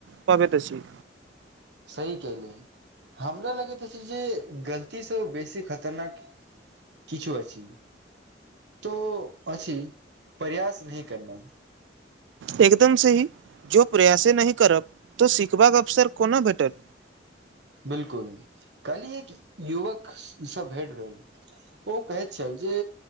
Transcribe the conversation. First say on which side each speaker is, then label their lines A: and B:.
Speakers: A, on the right (about 80°); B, on the right (about 65°).
A: पाबैत अछि
B: सही कहैलियै हमरा लगैत अछि जे गलतीसँ ओ बेसी खतरनाक किछु अछि तो अछि प्रयास नहि करना
A: एकदम सही जो प्रयासे नहि करब तो सिखबाक अवसर कोना भेटत
B: बिल्कुल कैली एक युवकसँ भेट भेल ओ कहैत छल जे